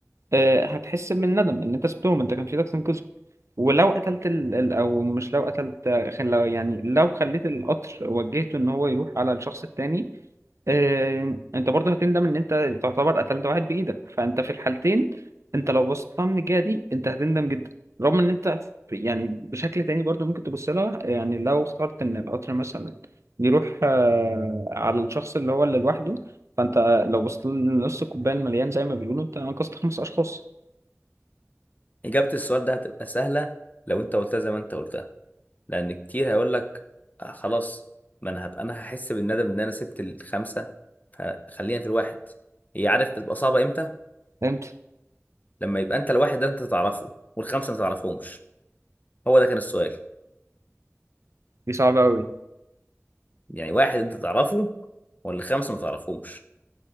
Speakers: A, on the right; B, on the left.
A: آه، هتحس بالندم إن أنت سبتهم أنت كان في إيدك تنقذهم ولو قتلت ال... ال- او مش لو قتلت خل... لو- يعني لو خليت القطر وجهته ان هو يروح على الشخص التاني آه، انت برضه هتندم ان انت تعتبر قتلت واحد بايدك فانت في الحالتين انت لو بصيت لها من الجهه دي انت هتندم جدا رغم ان انت في- يعني بشكل تاني برضه ممكن تبص لها يعني لو اخترت ان القطر مثلا يروح آه، على الشخص اللي هو اللي لوحده فانت لو بصيت لنص الكوبايه المليان زي ما بيقولوا انت انقذت خمس اشخاص
B: اجابه السؤال ده هتبقى سهله لو انت قلتها زي ما انت قلتها لان كتير هيقول لك آه خلاص ما انا هبقى انا هحس بالندم ان انا سبت الخمسه فخلينا في الواحد هي عارف بتبقى صعبه امتى
A: فهمت
B: لما يبقى انت الواحد ده انت تعرفه والخمسه ما تعرفهمش هو ده كان السؤال
A: دي صعبه قوي
B: يعني واحد انت تعرفه ولا خمسه ما تعرفهمش